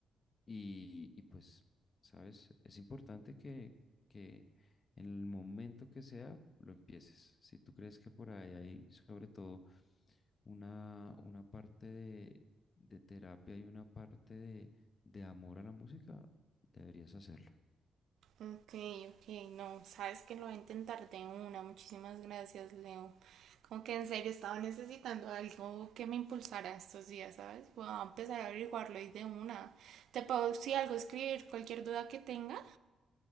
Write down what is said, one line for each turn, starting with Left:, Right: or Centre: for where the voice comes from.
Left: y, y pues, ¿sabes? Es importante que, que en el momento que sea lo empieces. Si tú crees que por ahí hay sobre todo una, una parte de, de terapia y una parte de, de amor a la música, deberías hacerlo.
Right: Ok, ok. No, sabes que lo voy a intentar de una. Muchísimas gracias, Leo. Como que en serio estaba necesitando algo que me impulsara estos días, ¿sabes? Voy a empezar a averiguarlo y de una. Te puedo, si algo, escribir cualquier duda que tenga.